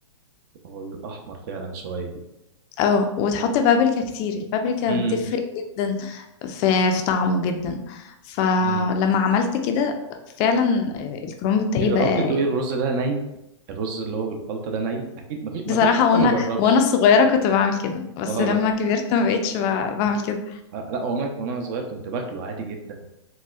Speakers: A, on the right (about 40°); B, on the left (about 35°).
A: هو بيبقى احمر فعلا شويه
B: اه وتحط بابريكا كتير البابريكا
A: امم
B: بتفرق جدا في في طعمه جدا فلما
A: مم.
B: عملت كده فعلا الكرومب بتاعي
A: جربت
B: بقى
A: تدوقي الرز ده ني الرز اللي هو بالخلطه ده ني اكيد مفيش
B: بصراحة
A: مفيش حد
B: وانا
A: ما جربش
B: وانا الصغيرة كنت بعمل كده بس
A: اه
B: لما
A: لا
B: كبرت ما بقتش ب- بعمل كده
A: آه، لا وانا وانا صغير كنت باكله عادي جدا